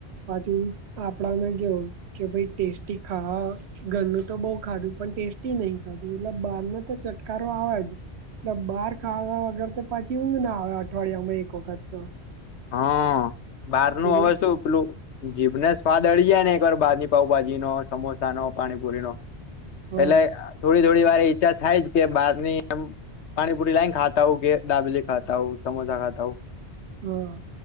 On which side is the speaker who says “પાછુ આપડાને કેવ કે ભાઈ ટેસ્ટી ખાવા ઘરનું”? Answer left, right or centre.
Right